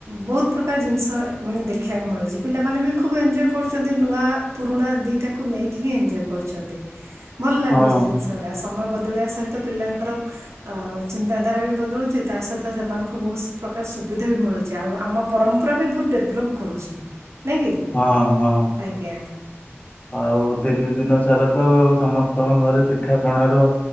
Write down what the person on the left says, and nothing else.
ହଁ
ହଁ ହଁ।
ଆଉ ତିନି ଦିନ ସାରା ତ। ସମସ୍ତଙ୍କ ଘରେ ପିଠା ପଣା ର